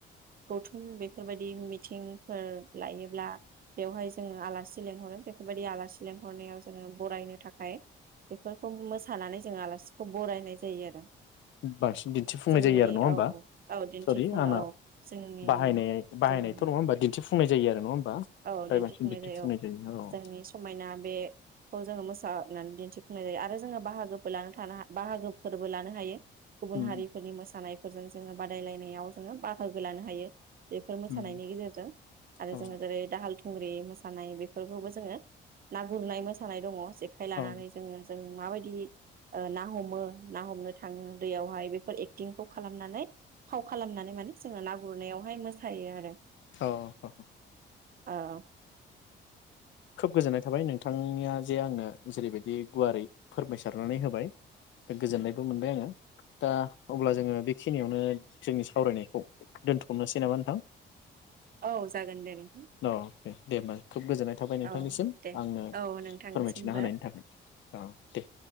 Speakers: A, on the right; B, on the left.
A: गौथुम बेफोरबायदि मिथिंफोर लायोब्ला बेवहाय जोङो आलासि लिंहरो बे बेफोरबायदि आलासि लेंहरनायाव जोङो बरायनो थाखाय बेफोरखौ मोसानानै जों आलासिखौ बरायनाय जायो आरो।
B: बांसिन दिन्थिफुंनाय
A: जोंनि
B: जायो आरो नङा होमबा?
A: औ औ दिन्थिफुङो
B: सरि आंना
A: औ जोंनि
B: बाहायनाय बाहायनायथ'
A: जों
B: नङा होमबा दिन थि फुंनाय जायो आरो नङा
A: औ
B: फ्राय
A: दिन्थिफुंनाय
B: बांसिन
A: जायो औ।
B: औ
A: जोंनि समायना बेखौ जोङो मोसा नानै दिन्थिफुंनाय जायो आरो जोङो बाहागोबो लानो थानो हा बाहागोफोरबो लानो हायो। गुबुन
B: उम
A: हारिफोरनि मोसानाय फोरजों जोङो बादायलायनायाव जोङो बाहागो लानो हायो। बेफोर मोसानायनि
B: उम
A: गेजेरजों आरो
B: औ
A: जोङो जेरै थुंग्रि मोसानाय बेफोरखौबो जोङो ना गुरनाय मोसानाय दङ। जेखाइ लानानै
B: औ
A: जोङो जों माबायदि ओ ना हमो ना हमनो थाङो दैयावहाय बेफोर एक्टिंखौ खालामनानै फाव खालामनानै माने जोङो ना गुरनायाव बेहाय मोसायो आरो
B: अ अ
A: औ
B: खोब गोजोननाय थाबाय नोंथांनिया जे आंनो जेरैबायदि गुवारै फोरमायसारनानै होबाय गोजोननायबो मोनबाय आङो दा अब्ला जोङो बेखिनियावनो जोंनि सावरायनायखौ दोनथ'नोसै नामा नोंथां?
A: औ जागोन दे नोंथां
B: औ दे होमबा खुब गोजोननाय थाबाय नोंथांनिसिम
A: औ दे
B: आंनो
A: औ नोंथांनिसिमबो
B: फोरमायथिना होनायनि थाखाय औ दे।